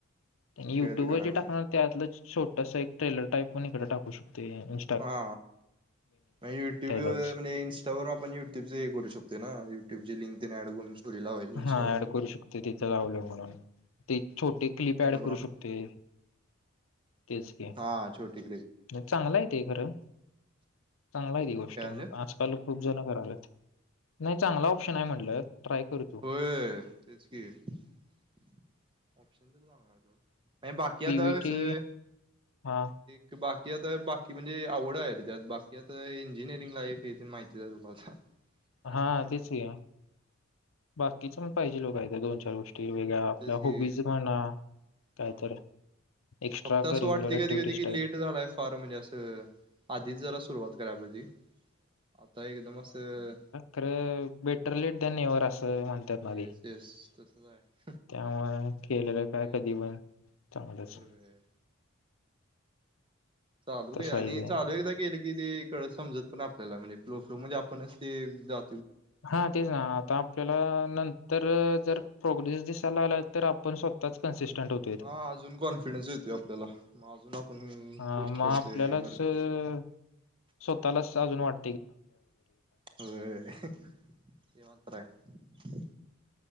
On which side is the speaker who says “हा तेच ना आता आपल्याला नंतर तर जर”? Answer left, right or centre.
Left